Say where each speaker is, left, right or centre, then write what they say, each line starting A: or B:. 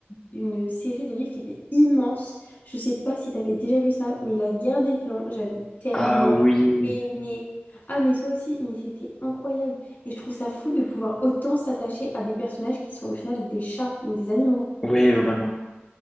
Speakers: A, on the left (about 50°); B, on the left (about 15°).
A: une série de livres qui était immense. Je sais pas si tu avais déjà lu ça, mais La guerre des clans, j'avais tellement
B: Ah oui,
A: aimé. Ah, mais toi aussi, mais c'était incroyable. Et je trouve ça fou de pouvoir autant s'attacher à des personnages qui sont au final des chats, donc des animaux.
B: ouais, vraiment.